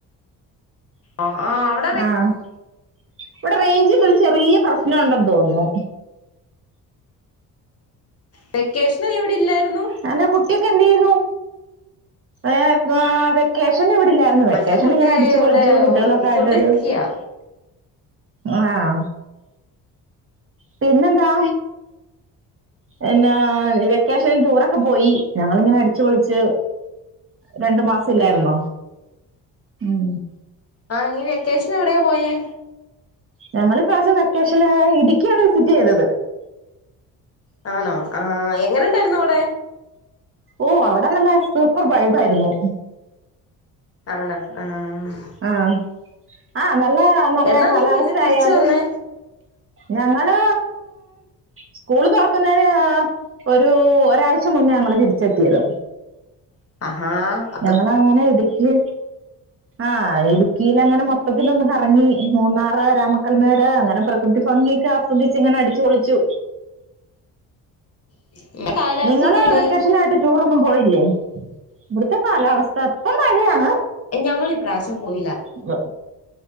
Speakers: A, on the left; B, on the right.
A: ആഹ് നിന്ന്
B: ആഹ് ഇവിടെ റേഞ്ചിനൊരു ചെറിയ പ്രശ്നുണ്ടെന്ന് തോന്നുന്നു
A: വെക്കേഷന് നീ ഇവിടെ ഇല്ലായിരുന്നു
B: അൻ്റെ കുട്ടിയൊക്കെ എന്ത് ചെയ്യുന്നു ഏ വെക്കേഷൻ ഇവിടില്ലരുന്നു വെക്കേഷൻ
A: എന്റെ കുട്ടി
B: ഇങ്ങനെ അടിച്ചു
A: ഇവിടെ
B: പൊളിച്ചു കുട്ടികളൊക്കെ
A: ഫുഡ്
B: ആയിട്ടൊരു
A: കഴിക്കാ
B: ആഹ് പിന്നെന്താ എന്നാ വെക്കേഷന് ടൂറൊക്കെ പോയി ഞങ്ങളിങ്ങനെ അടിച്ചു പൊളിച്ച് രണ്ടു മാസം ഇല്ലാരുന്നോ
A: ആ
B: ഉം
A: ആ നീ വെക്കേഷന് എവിടെ പോയേ
B: ഞങ്ങളി പ്രാവശ്യം വെക്കേഷന് ഇടുക്കിയാണ് വിസിറ്റ് ചെയ്തത്
A: ആണോ ആ എങ്ങനെണ്ടേര്ന്നു അവിടെ
B: ഓ അവിടെ നല്ല സൂപ്പർ ബൈബായിരുന്നു
A: ആണേആഹ്
B: ആഹ് ആ നല്ല നല്ല
A: എന്നാ
B: കാലാവസ്ഥാ
A: നീ പിന്നെ തിരിച്ചു
B: യാലും
A: വന്നേ
B: ഞങ്ങള് സ്കൂള് തുറക്കുന്നേന് ഒരു ഒരാഴ്ച്ച മുന്നേ ഞങ്ങള് തിരിച്ചെത്തിയത്
A: അഹാ
B: ഞങ്ങള അങ്ങനെ ഇടുക്കി ആഹ് ഇടുക്കീലങ്ങനെ മൊത്തത്തിലൊന്ന് കറങ്ങി മൂന്നാറ് രാമക്കൽമേട് അങ്ങനെ പ്രകൃതി ഭംഗിയെക്കെ ആ സ്യദിച്ച് ങ്ങനെ അടിച്ചു പൊളിച്ചു
A: <inaudible>
B: നിങ്ങള്
A: എങ്ങനെയുണ്ട്
B: വെക്കേഷനായിട്ട് ടൂറൊന്നും പോയില്ലേ ഇവട്ത്തെ കാലാവസ്ഥ ഇപ്പ മഴയാണ്
A: ഏ ഞങ്ങളി ഇപ്രാവശ്യം പോയില്ല
B: വ്വ്